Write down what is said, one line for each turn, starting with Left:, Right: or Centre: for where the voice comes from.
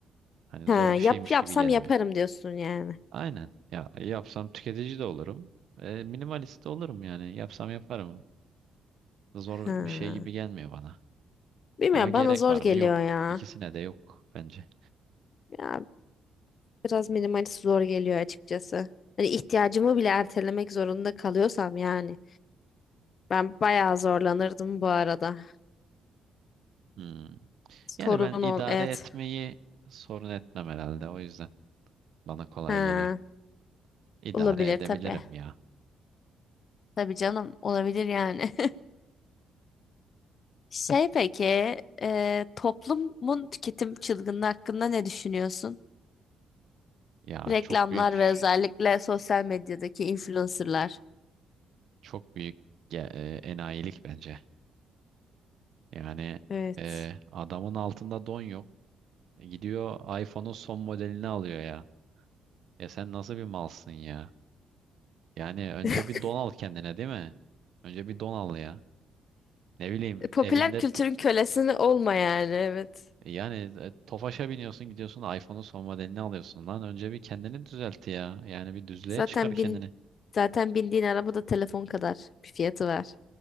Right: Hani
Left: Ha,
Right: zor bir
Left: yap
Right: şeymiş
Left: yapsam
Right: gibi gelmiyor.
Left: yaparım diyorsun yani.
Right: Aynen. Ya yapsam tüketici de olurum. E, minimalist de olurum yani. Yapsam yaparım. Zor
Left: Ha.
Right: bir şey gibi gelmiyor bana.
Left: Bilmiyorum
Right: Ama gerek
Left: bana zor
Right: var
Left: geliyor
Right: mı? Yok.
Left: ya.
Right: İkisine de yok bence.
Left: Ya biraz minimalist zor geliyor açıkçası. Hani ihtiyacımı bile ertelemek zorunda kalıyorsam yani. Ben bayağı zorlanırdım bu arada.
Right: Hmm.
Left: Sorun
Right: Yani ben idare
Left: ol, evet.
Right: etmeyi sorun etmem herhalde. O yüzden bana kolay
Left: Ha,
Right: geliyor. İdare
Left: olabilir
Right: edebilirim
Left: tabii.
Right: ya.
Left: Tabii canım olabilir yani. <laughs> Şey peki, e, toplumun tüketim çılgınlığı hakkında ne düşünüyorsun?
Right: Ya
Left: Reklamlar
Right: çok büyük,
Left: ve özellikle sosyal medyadaki influencerlar.
Right: çok büyük ge- e, enayilik bence. Yani
Left: Evet.
Right: e, adamın altında don yok. E, Gidiyor iPhone'un son modelini alıyor ya. Ya sen nasıl bir malsın ya? Yani önce
Left: <laughs>
Right: bir don al kendine değil mi? Önce bir don al ya. Ne bileyim
Left: Popüler
Right: evinde
Left: kültürün kölesini olma yani evet.
Right: Yani e, Tofaş'a biniyorsun gidiyorsun iPhone'un son modelini alıyorsun lan. Önce bir kendini düzelt ya. Yani bir düzlüğe
Left: Zaten
Right: çıkar kendini.
Left: bin zaten bindiğin araba da telefon kadar bir fiyatı var.